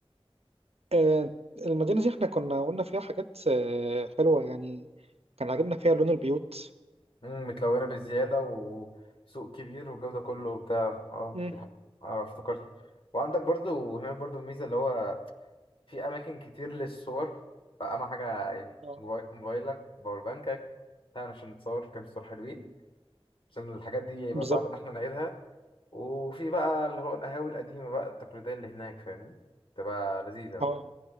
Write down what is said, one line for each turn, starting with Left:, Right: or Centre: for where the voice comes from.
Right: آه، المدينه دي احنا كنا قلنا فيها حاجات آه، حلوه يعني كان عاجبنا فيها لون البيوت
Left: امم متلونه بزياده وسوق كبير والجو ده كله وبتاع اه
Right: مم.
Left: دي حق. اه افتكرت وعندك برضو هناك برضو الميزه اللي هو في اماكن كتير للصور فاهم حاجه يعني
Right: اه
Left: موباي- موبايلك باور بانكك بتاع عشان نتصور كام صور حلوين عشان الحاجات دي يبقى
Right: بالظبط
Left: صعب ان احنا نعيدها وفي بقى اللي هو القهاوي القديمه بقى التقليديه اللي هناك فاهمني تبقى لذيذه
Right: اه